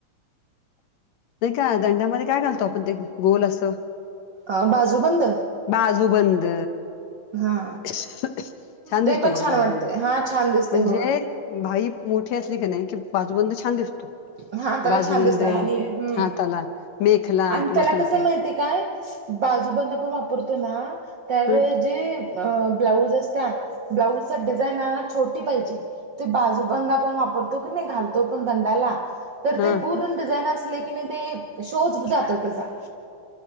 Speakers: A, on the left (about 70°); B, on the right (about 60°).
A: नाही का दंडामध्ये काय घालतो आपण ते गोल असं..
B: आ बाजूबंद?
A: बाजूबंद.
B: हा
A: छान
B: ते
A: दिसतो
B: पण
A: बघा
B: छान
A: बाजूबंद.
B: वाटतंय हा छान दिसतंय
A: म्हणजे-
B: हो.
A: भाई मोठी असली काी नाही की बाजूबंद छान दिसतो.
B: हा त्याला
A: बाजूबंद
B: छान दिसतय आणि हम्म
A: हाताला मेखला
B: आणि
A: तुम्हाला
B: त्याला
A: सांगते
B: कस माहिती. काय बाजूबंद पण वापरतो ना त्यावे
A: ह
B: जे. अ ब्लाऊज असत ब्लाऊजचा डिझाईन छोटी पाहिजे. ते बाजूबंदा पण वापरतो की नाही घालतो पण गंडाला. तर
A: हा
B: ते पूर्ण डिझाईन असले की नाही ते शोज जातात कसा.